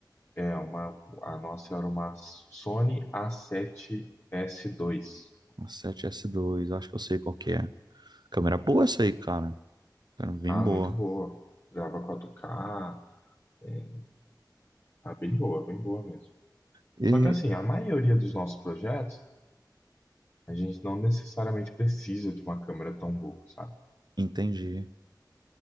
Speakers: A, on the left; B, on the right.
A: É, uma, a nossa era uma Sony A7S2.
B: A 7S2, eu acho que eu sei qual que é. Câmera boa essa aí, cara. Cara, bem
A: Ah,
B: boa.
A: muito boa. Grava 4K. É, ah, bem boa, bem boa mesmo.
B: E
A: Só que assim, a maioria dos nossos projetos A gente não necessariamente precisa de uma câmera tão boa, sabe?
B: entendi.